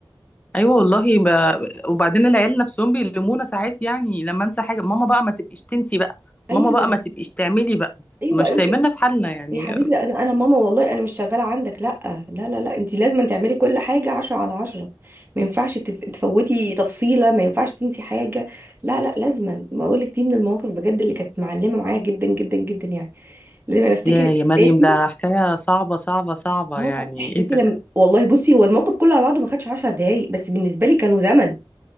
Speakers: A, on the left; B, on the right.
A: ايوه والله ب... وبعدين العيال نفسهم بيلمونا ساعات يعني لما انسى حاجه ماما بقى ما تبقيش تنسي بقى
B: ايوه
A: ماما بقى ما تبقيش تعملي بقى
B: ايوه
A: مش
B: ايوه
A: سايبيننا في حالنا يعني
B: يا حبيبي انا انا ماما والله انا مش شغاله عندك لا لا لا لا انت لازم تعملي كل حاجه عشرة على عشرة ما ينفعش تف- تفوتي تفصيله ما ينفعش تنسي حاجه لا لا لازما بقول لك دي من المواقف بجد اللي كانت معلمه معايا جدا جدا جدا يعني لازم انا افتكر
A: يا يا
B: احساسي
A: مريم ده حكاية صعبة صعبة صعبة
B: اه
A: يعني
B: احساسي
A: ايه ده
B: لما والله بصي هو الموقف كله على بعضه ما خدش 10 دقايق بس بالنسبه لي كانوا زمن